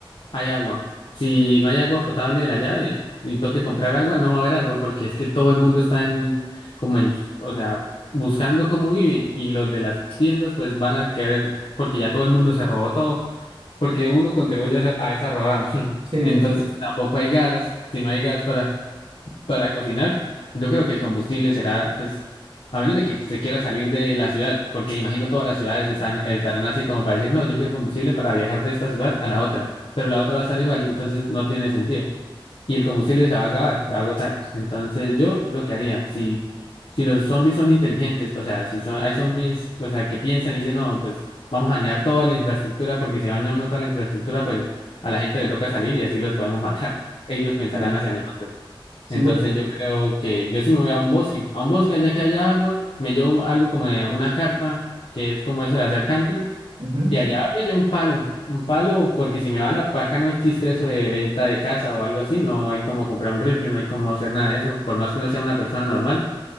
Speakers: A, on the left (about 80°); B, on the right (about 75°).
A: hay agua. Si no hay agua potable de la llave y toque comprar agua, no va a haber agua porque es que todo el mundo está en, como en, o sea, buscando cómo vive y los de las tiendas pues van a querer porque ya todo el mundo se robó todo, porque uno contribuye a esa a esa robada. <laughs>
B: Sí,
A: Entonces,
B: bu-
A: tampoco hay gas. Si no hay gas para para cocinar, yo creo que el combustible será, pues, a menos de que se quiera salir de la ciudad, porque imagino todas las ciudades están, estarán así como para decir, no, yo quiero combustible para viajar de esta ciudad a la otra, pero la otra va a estar igual, entonces no tiene sentido. Y el combustible se va a acabar, se va a agotar. Entonces yo lo que haría, si, si los zombies son inteligentes, o sea, si son, hay zombies, o sea, que piensan y dicen, no, pues vamos a dañar toda la infraestructura, porque si daña uno toda la infraestructura, pues a la gente le toca salir y así los podemos matar. <laughs> Ellos pensarán
B: sí,
A: hacia nosotros.
B: sí,
A: Entonces
B: bu-
A: yo creo que yo sí me voy a un bosque, a un bosque allá que haya agua, me llevo algo como de una carpa, que es como eso de hacer camping,
B: ujú,
A: y allá me llevo un palo, un palo, porque si me van a, acá no existe eso de venta de casa o algo así, no hay como comprar un rifle, no hay como hacer nada de eso, por más que uno sea una persona normal,